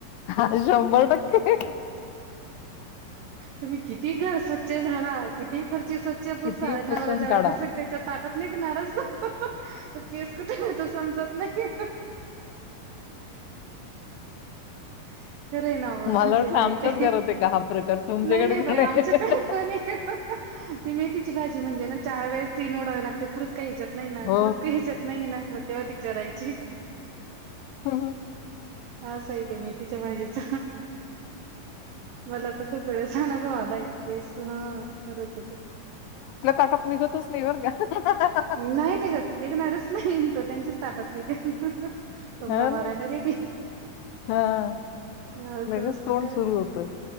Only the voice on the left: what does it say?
हां शंभर टक्के.
कितीही
पुसून
काढा
मला वाटलं
आमच्याच
घरात आहे का हा प्रकार तुमच्याकडे
पण
आहे
हो,
हो.
<unintelligible> निघतच नाही बरं का
हो
ना.
हां.
लगेच
तोंड
सुरू होतं.